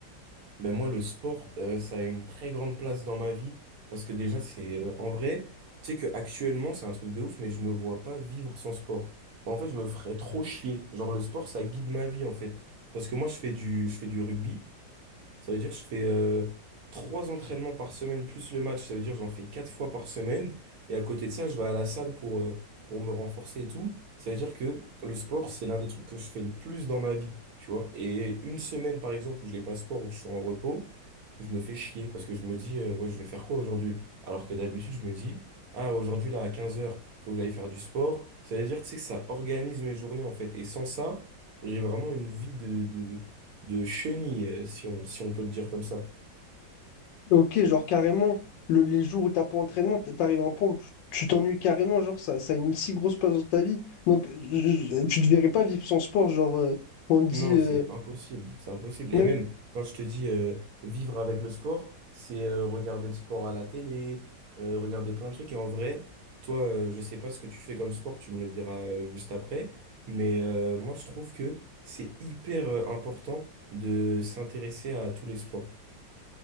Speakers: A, on the right; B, on the left.
A: Mais moi, le sport, euh, ça a une très grande place dans ma vie parce que déjà, c'est euh, en vrai, tu sais que actuellement, c'est un truc de ouf, mais je me vois pas vivre sans sport. En fait, je me ferais trop chier. Genre, le sport, ça guide ma vie en fait. Parce que moi, je fais du, je fais du rugby. Ça veut dire que je fais euh, trois entraînements par semaine plus le match. Ça veut dire que j'en fais quatre fois par semaine. Et à côté de ça, je vais à la salle pour, euh, pour me renforcer et tout. Ça veut dire que le sport, c'est l'un des trucs que je fais le plus dans ma vie, tu vois. Et une semaine, par exemple, où je n'ai pas sport, où je suis en repos, je me fais chier parce que je me dis, euh, ouais, je vais faire quoi aujourd'hui? Alors que d'habitude, je me dis, ah, aujourd'hui, là, à quinze heures il faut que j'aille faire du sport. Ça veut dire, tu sais, que ça organise mes journées, en fait. Et sans ça, j'ai vraiment une vie de de, de chenille, euh, si on, si on peut le dire comme ça.
B: Ok, genre carrément, le- les jours où t'as pas entraînement, t- t'arrives à un point où tu tu t'ennuies carrément, genre ça, ça a une si grosse place dans ta vie. Donc je- je- tu ne verrais pas vivre sans sport, genre euh, on te
A: Non,
B: dit euh,
A: c'est impossible, c'est impossible.
B: même
A: Et même quand je te dis euh, vivre avec le sport, c'est euh, regarder le sport à la télé, euh, regarder plein de trucs. Et en vrai, toi, euh, je sais pas ce que tu fais comme sport, tu me le diras euh, juste après. Mais euh, moi, je trouve que c'est hyper euh, important de s'intéresser à tous les sports.